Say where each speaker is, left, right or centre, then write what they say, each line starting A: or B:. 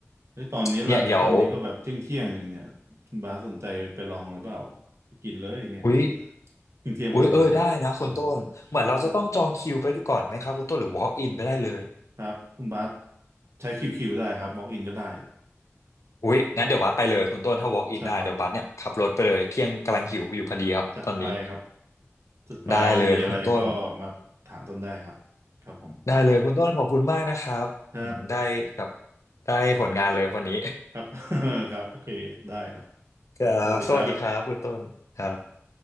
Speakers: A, on the right; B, on the left.
A: เฮ้ยตอนนี้ละตอนนี้ก็แบบเที่ยงเที่ยงอยู่เนี่ยคุณบาสสนใจไปลองหรือเปล่า
B: เนี่ยเดี๋ยว
A: ไปกินเลยเนี่ย
B: อุ้ย
A: เที่ยงเที่ยงพอดี
B: อุ้ยเออได้นะคุณต้นเหมือนเราจะต้องจองคิวไปก่อนไหมครับคุณต้นหรือ
A: เออครับ
B: walk in ไปได้เลย
A: ครับคุณบาสใช้คิวคิวได้ครับ walk in ก็ได้
B: อุ้ยงั้นเดี๋ยวบัสไปเลยคุณต้นถ้า walk in
A: ใช่ครับ
B: ได้เดี๋ยวบัสเนี่ยขับรถไปเลยเที่ยงกำลังหิวอยู่พอดีครับตอนนี้
A: จัดไปครับจัดไปมีอะไรก็มาถามต้นได้ครับครับผม
B: ได้เลยคุณต้น ได้เลยคุณต้นขอบคุณมากนะครับอืมได้แบบ
A: ครับ
B: ได้ผลงานเลยวันนี้
A: ครับ <laughs> ครับโอเคได้ครับ
B: <laughs> ครับสวัสดีครับคุณต้นครับ
A: สวัสดีครับ